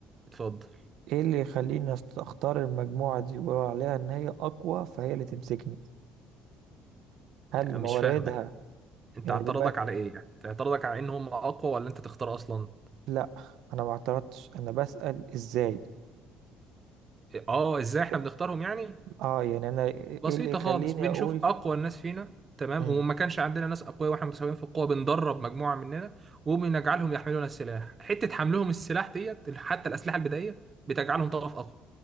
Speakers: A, on the right; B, on the right.
A: اتفضل
B: ايه اللي يخليني أست- اختار المجموعة دي ويقولوا عليها ان هي اقوى فهي اللي تمسكني هل
A: لا،
B: مواردها
A: مش فاهمك أنت
B: يعني
A: اعتراضك
B: دلوقتي
A: على إيه يعني اعتراضك على إن هم أقوى ولا أنت تختار أصلا
B: لا انا ما اعترضتش انا بسأل ازاي
A: آه إزاي إحنا
B: ب-
A: بنختارهم يعني
B: اه يعني انا ايه
A: بسيطة
B: اللي يخليني
A: خالص بنشوف
B: اقول
A: أقوى الناس فينا تمام
B: مم.
A: وما كانش عندنا ناس أقوياء وإحنا متساويين في القوة بندرب مجموعة مننا وبنجعلهم يحملون السلاح حتة حملهم السلاح ديت حتى الأسلحة البدائية بتجعلهم طرف أقوى